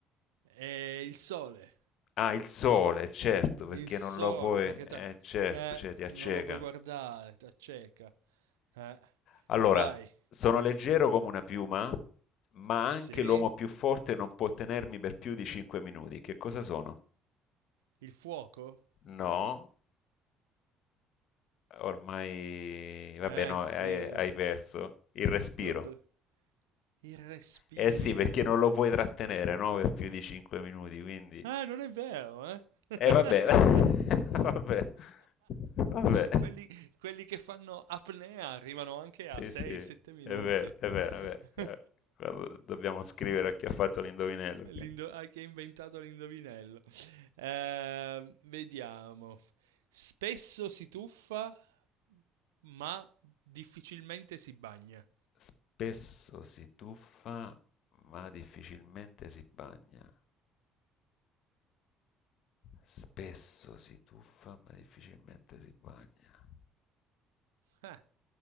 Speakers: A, on the right; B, on the left.
A: È il sole.
B: Ah, il sole, certo, perché
A: Il sole,
B: non lo puoi,
A: perché
B: eh,
A: ta...
B: certo,
A: Eh,
B: cioè ti acceca.
A: non lo puoi guardare, t'acceca. Eh,
B: Allora,
A: vai.
B: sono leggero come una piuma, ma
A: Sì?
B: anche l'uomo più forte non può tenermi per più di 5 minuti. Che cosa sono?
A: Il fuoco?
B: No, ormai, vabbè,
A: Eh,
B: no,
A: sì,
B: hai,
A: lo...
B: hai perso il respiro.
A: lo br- il respiro.
B: Eh sì, perché non lo puoi trattenere, no, per più di 5 minuti, quindi...
A: Ah, non è vero, eh? <laughs>
B: Eh vabbè, <laughs> vabbè, vabbè.
A: Quelli, quelli che fanno apnea arrivano anche
B: Sì,
A: a 6-7
B: sì, è
A: minuti.
B: vero,
A: <laughs>
B: è vero, è vero. Quando dobbiamo scrivere a chi ha fatto l'indovinello,
A: L'indo-
B: ok?
A: ah, che ha inventato l'indovinello. Eh, vediamo. Spesso si tuffa, ma difficilmente si bagna.
B: Spesso si tuffa, ma difficilmente si bagna. Spesso si tuffa ma difficilmente si bagna.
A: Eh,